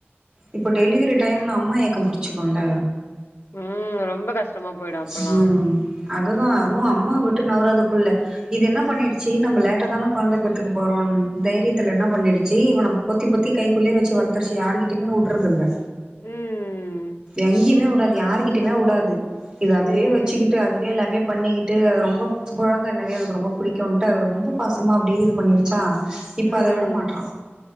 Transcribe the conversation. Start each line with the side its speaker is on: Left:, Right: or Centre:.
Right: இப்ப டெலிவரி டைம்ல அம்மா ஏக்கம் புடிச்சுக்குல்ல
Left: ம் ரொம்ப கஷ்டமா போயிடு அப்பல்லா
Right: ஹ அததா அதுவு அம்மா விட்டு நவராத புள்ள இது என்ன பண்ணிடுச்சு நம்மள லேட்டா தான குழந்த பெத்துக்க போறோன் தைரியத்தில என்ன பண்ணிடுச்சு இவன பொத்தி பொத்தி கைக்குள்ளே வெச்சு வளத் துர்ச்சு யாருக்கிட்டயுமே உட்றதுல்ல
Left: ம்
Right: எங்கயுமே உடாது யாருக்கிட்டையுமே உடாது இது அதுவே
Left: ம்
Right: வச் சுக்கிட்டு அதுவே எல்லாமே பண்ணிக்கிட்டு அது ரொம்ப குழந்தண்ணாவே அதுக்கு ரொம்ப புடிக்குன்ட்டு அது ரொம் பாசமா
Left: ம் ம்
Right: அப்டி இது பண்ணிருச்சா இப்ப
Left: ம்
Right: அத விட மாட்றா